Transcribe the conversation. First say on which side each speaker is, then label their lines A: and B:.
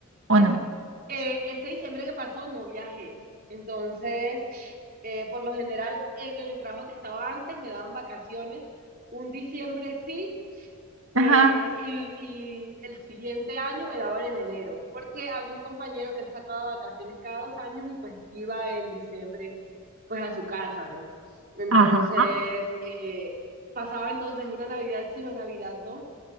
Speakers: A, on the right; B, on the right.
A: o
B: Pues
A: no?
B: eh, este diciembre que pasó no viajé. Entonces, eh, por lo general, eh, en el trabajo que estaba antes me daban vacaciones. Un diciembre sí,
A: Ajá,
B: eh, y, y el siguiente año me daban en enero, porque había un compañero que él sacaba vacaciones cada dos años y pues iba en diciembre pues a su casa, ¿no? Entonces,
A: ajá.
B: eh, pasaba entonces una Navidad sí, una Navidad no.